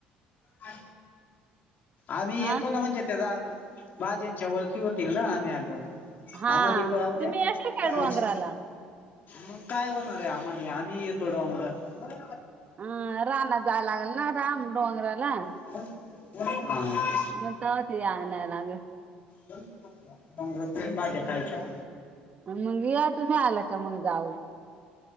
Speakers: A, on the left; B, on the right.
A: ह आम्ही येतो
B: आ
A: ना म्हणजे भाज्यांच्या ओळखी होतील ना आम्ही आलो
B: हा
A: आम्हाली पळव उद्या
B: तुम्ही येशील का
A: तुमची.
B: डोंगराला?
A: मग काय होणार आहे आम्हाली आम्ही येतो डोंगरात?
B: अं रानात जायां लागल ना रान डोंगराला
A: हा!
B: म तवा ते आणाय लागत.
A: संगत एक भाज्या खायच्या.
B: मग या तुम्ही आलं का मग जाऊ